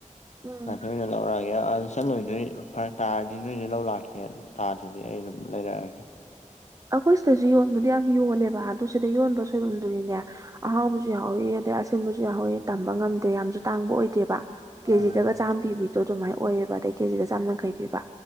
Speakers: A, on the right; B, on the left.
A: ꯎꯝ
B: ꯑꯗ ꯑꯣꯏꯅ ꯂꯧꯔꯛꯑꯦ ꯌꯥ ꯆꯠꯂꯣꯏꯗꯣꯏ ꯐꯔꯛ ꯇꯥꯔꯗꯤ ꯅꯣꯏꯗ ꯂꯧ ꯂꯥꯛꯀꯦ ꯇꯥꯗ꯭ꯔꯗꯤ ꯑꯩ ꯑꯗꯨꯝ ꯂꯩꯔꯛꯑꯒꯦ
A: ꯑꯩꯈꯣꯏ ꯁꯤꯗꯁꯨ ꯌꯣꯟꯕꯗꯤ ꯌꯥꯝ ꯌꯣꯜꯂꯦꯕ ꯑꯗꯨ ꯁꯤꯗ ꯌꯣꯟꯕ ꯁꯣꯏꯕꯝꯗꯨꯗꯤꯅꯦ ꯑꯍꯥꯎꯕꯁꯨ ꯌꯥꯎꯍꯧꯋꯤ ꯑꯗꯩ ꯑꯁꯤꯟꯕꯁꯨ ꯌꯥꯎꯍꯧꯋꯤ ꯇꯝꯕ ꯉꯝꯗꯦ ꯌꯥꯝꯁꯨ ꯇꯥꯡꯕ ꯑꯣꯏꯗꯦꯕ ꯀꯦꯖꯤꯗꯒ
B: ꯎꯝ
A: ꯆꯥꯝꯃ ꯄꯤꯕꯤꯗꯣ ꯑꯗꯨꯃꯥꯏꯅ ꯑꯣꯏꯌꯦꯕ ꯑꯗꯩ ꯀꯦꯖꯤꯗ ꯆꯥꯝ ꯌꯥꯡꯈꯩ ꯄꯤꯕ